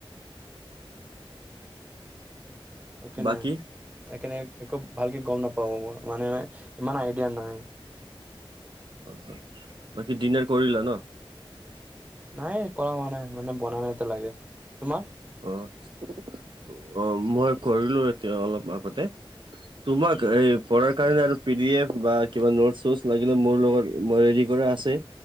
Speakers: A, on the right (about 15°); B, on the right (about 55°).
A: এখনে
B: বাকী
A: এখনে একো ভালকে গম নাপাও মানে ইমান আইডিয়া নাই
B: অ হয় বাকী ডিনাৰ কৰিলা ন
A: নাই কৰা হোৱা নাই মানে বনা নাই এতিয়া লাগি তোমাৰ
B: অ মই কৰিলো এতি অলপ আগতে তোমাক এই পঢ়াৰ কাৰণে আৰু পিডি এফ বা কিবা নোট চ লাগিলে মোৰ লগত মই ৰেডি কৰা আছে